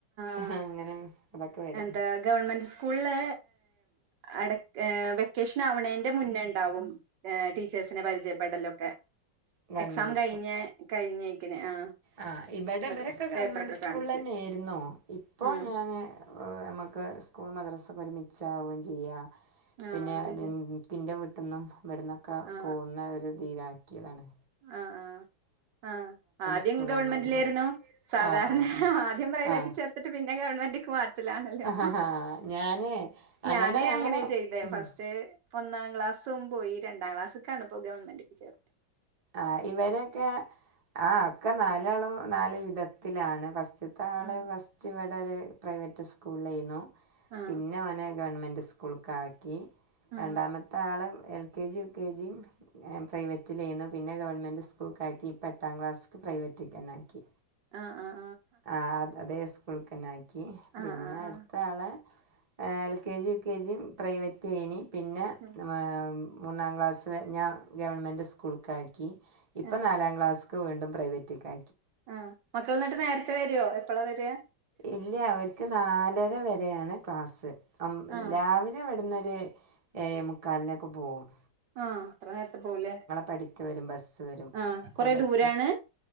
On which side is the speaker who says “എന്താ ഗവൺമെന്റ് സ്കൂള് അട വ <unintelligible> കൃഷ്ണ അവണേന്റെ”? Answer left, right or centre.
Right